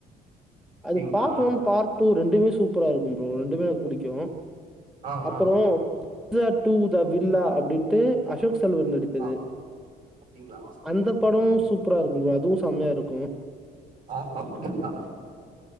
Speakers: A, on the right; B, in the centre.
A: அப்டிங்களா
B: அது பாட் ஒன் பார்ட் டூ ரெண்டுமே சூப்பரா இருக்கும் ப்ரோ ரெண்டுமே எனக் புடிக்கு
A: ஆ
B: அப்பறோ
A: ஆ
B: <unintelligible> டு த வில்லா அப்டின்ட்டு அசோக் செல்வன் நடித்தது
A: ஆ அப்டிங்களா
B: அந்த படோ சூப்பரா இருக்கு ப்ரோ அதுவு சம்மையா இருக்கு
A: ஆ <inaudible>